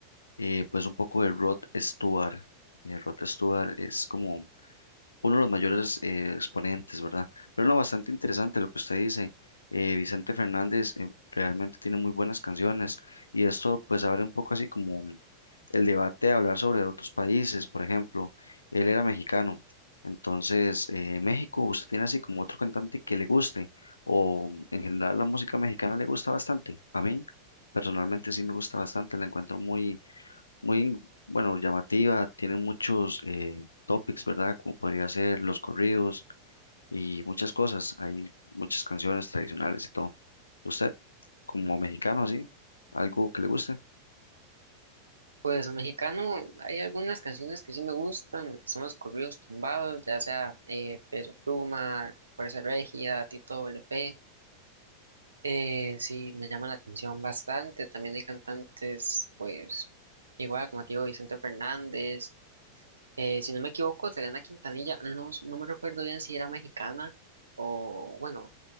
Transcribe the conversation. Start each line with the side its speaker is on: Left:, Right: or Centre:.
Left: eh, pues un poco de Rod Stewart. Eh, Rod Stewart es como uno de los mayores eh, exponentes, ¿verdad? Pero no, bastante interesante lo que usted dice. Eh, Vicente Fernández eh, realmente tiene muy buenas canciones y esto pues abre un poco así como el debate de hablar sobre otros países. Por ejemplo, él era mexicano, entonces eh, México, ¿usted tiene así como otro cantante que le guste o en general la música mexicana le gusta bastante? A mí personalmente sí me gusta bastante, la encuentro muy muy, bueno, llamativa, tiene muchos eh, topics, ¿verdad? Como podría ser los corridos y muchas cosas. Hay muchas canciones tradicionales y todo. ¿Usted, como mexicano, así, algo que le guste?
Right: Pues mexicano, hay algunas canciones que sí me gustan, son los corridos tumbados, ya sea eh, Peso Pluma, Fuerza Regia, Tito LP, eh, sí me llama la atención bastante, también hay cantantes, pues igual como te digo, Vicente Fernández, eh, si no me equivoco, Selena Quintanilla, no, no me recuerdo bien si era mexicana o bueno,